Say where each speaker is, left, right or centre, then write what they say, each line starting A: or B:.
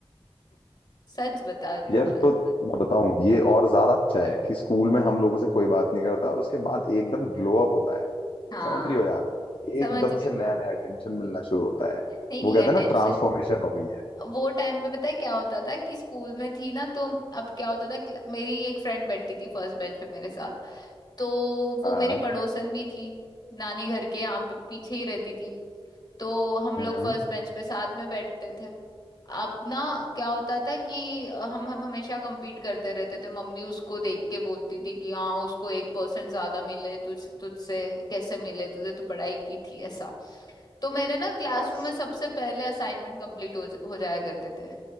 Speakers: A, on the left; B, on the left.
A: सच बता रही हूँ
B: यार
A: मैं
B: तो मैं बताऊं ये और ज्यादा अच्छा है कि स्कूल में हम लोगों से कोई बात नहीं करता और उसके बाद एकदम ग्लो अप होता है
A: हाँ
B: समझ रही हो यार
A: समझ
B: एकदम
A: रही
B: से
A: हूँ
B: नया
A: मैं
B: नया अटेंशन मिलना शुरू होता है
A: नहीं नहीं
B: वो कहते
A: अटेंशन
B: हैं ना ट्रांसफॉर्मेशन हो गई है
A: वो टाइम पे पता है क्या होता था कि स्कूल में थी ना तो अब क्या होता था कि मेरी एक फ्रेंड बैठती थी फर्स्ट बेंच पे मेरे साथ तो वो
B: हाँ
A: मेरी पड़ोसन भी थी नानी घर के यहाँ पे पीछे ही रहती थी तो हम
B: हम्म
A: लोग फर्स्ट बेंच पे साथ में बैठते थे अपना क्या होता था कि अ, हम हम हमेशा compete करते रहते थे मम्मी उसको देख के बोलती थी कि हाँ उसको एक परसेंट ज्यादा मिले तुझ तुझसे कैसे मिले तुझे तो पढ़ाई की थी ऐसा तो मेरे ना क्लासरूम
B: बस
A: में सबसे पहले असाइनमेंट कंप्लीट हो, ज- हो जाया करते थे